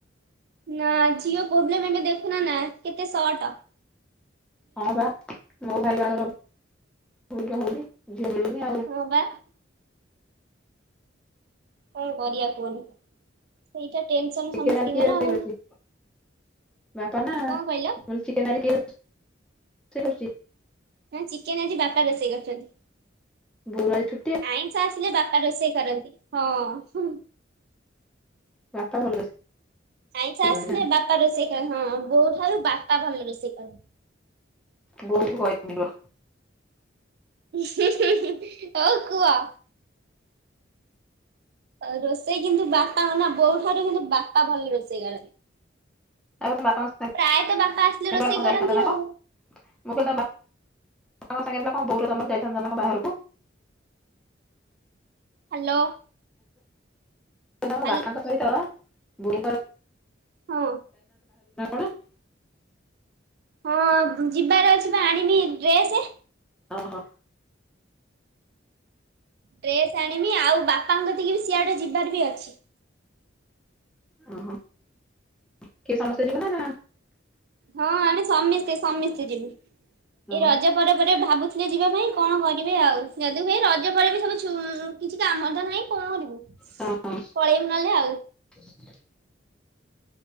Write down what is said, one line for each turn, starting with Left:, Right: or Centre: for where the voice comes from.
Right: ନା ଝିଅ ପ୍ରୋବ୍ଲେମ ଏବେ ଦେଖୁନ ନା କେତେ ସଟ।
Centre: ହଁ ବା ମୋ ଭାଇ ବାହାଘର ଭୁଲରେ ହଉନି ଝିଅ ମିଳୁନି ଆଉ
Right: <unintelligible> କଣ କରିବା କୁହନି? ସେଇଟା ଟେନସନ
Centre: ଚିକେନ
Right: ସମସ୍ତିଙ୍କର
Centre: ଆଜି କିଏ ରୋଷେଇ
Right: ଆଉ।
Centre: କରିଛି ବାପା ନା
Right: କଣ
Centre: ମୁଁ
Right: କହିଲ
Centre: କଇଲି ଚିକେନ ଆଜି କିଏ ରୋଷେଇ କରୁଚି?
Right: ନା ଚିକେନ ଆଜି ବାପା ରୋଷେଇ କରିଚନ୍ତି।
Centre: ବୋଉର ଆଜି ଛୁ
Right: ଆଇଁଷ ଆସିଲେ ବାପା ରୋଷେଇ କରନ୍ତି ହଁ।
Centre: ବାପା ଭଲ ରୋଷେଇ
Right: ଆଇଁସ ଆସିଲେ
Centre: କରନ୍ତି ନା
Right: ବାପା ରୋଷେଇ କର ହଁ ବୋଉ ଠାରୁ ବାପା ଭଲ ରୋଷେଇ କରନ୍ତି।
Centre: ବୋଉ କୁ କଇଦେମୀ ରୁଅ।
Right: ହୋଉ କୁଅ। ରୋଷେଇ କିନ୍ତୁ ବାପା କ ନା ବୋଉ ଠାରୁ କିନ୍ତୁ ବାପା ଭଲରେ ରୋଷେଇ କରନ୍ତି।
Centre: ଆଉ ବାପଙ୍କ
Right: ପ୍ରାୟତଃ ବାପା ଆସିଲେ
Centre: <unintelligible>
Right: ରୋଷେଇ
Centre: ଯାଇଥାନ୍ତ
Right: କରନ୍ତି
Centre: ନା
Right: ଆଉ
Centre: କ? ମୁଁ କହିଲି ତମ ବାପାଙ୍କ ସାଙ୍ଗରେ ବା କଣ ବହୁ ତମର ଯାଇଥାନ୍ତ ନାଁ କଁ ବାହାରକୁ?
Right: ହାଲୋ।
Centre: ତ
Right: ହାଲ
Centre: ବାପାଙ୍କ ସହିତ ଭୁଉଙ୍କର
Right: ହଁ
Centre: <unintelligible> <unintelligible>
Right: ହଁ ଯିବାର ଅଛି ପା ଆଣିମି ଡ୍ରେସେ।
Centre: ଓହୋ।
Right: ଡ୍ରେସ୍ ଆଣିମି ଆଉ ବାପାଙ୍କକତିକି ବି ସିଆଡେ ଯିବାର ବି ଅଛି।
Centre: ଓହୋ। କିଏ ସମସ୍ତେ ଯିବ ନା ନା
Right: ହଁ ଆମେ ସମିସ୍ତେ ସମିସ୍ତେ ଯିମୁଁ।
Centre: ହଁ
Right: ଏଇ ରଜ ପରେ ପରେ ଭାବୁଥିଲେ ଯିବା ପାଇଁ କଣ କରିବେ ଆଉ ଯଦି ହୁଏ ରଜ ପରେ ବି ସବୁ ଛୁ କିଛି କାମ ତ ନାହିଁ କଣ କରିବୁ ପଳେଇବୁ
Centre: ହଁ
Right: ନହେଲେ ଆଉ
Centre: <unintelligible>